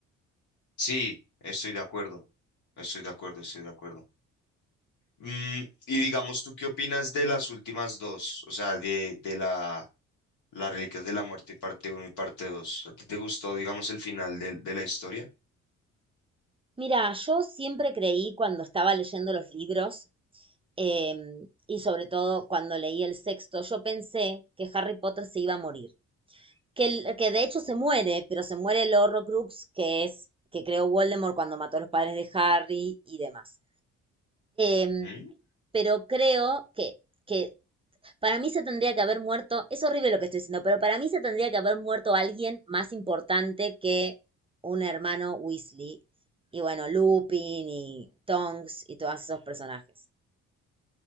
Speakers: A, on the left (about 80°); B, on the right (about 20°).
A: Sí, estoy de acuerdo, estoy de acuerdo, estoy de acuerdo. Mm, y digamos, ¿tú qué opinas de las últimas dos? O sea, de, de la, las Reliquias de la Muerte, parte uno y parte 2. ¿A ti te gustó, digamos, el final del- de, la historia?
B: Mira, yo siempre creí cuando estaba leyendo los libros, em, y sobre todo cuando leí el sexto, yo pensé que Harry Potter se iba a morir. Que, el- que de hecho se muere, pero se muere el Horrocrux, que es, que creó Voldemort cuando mató a los padres de Harry y demás. Em,
A: Ujú.
B: pero creo que, que Para mí se tendría que haber muerto, es horrible lo que estoy diciendo, pero para mí se tendría que haber muerto alguien más importante que un hermano Weasley. Y bueno, Lupin y Tonks y todos esos personajes.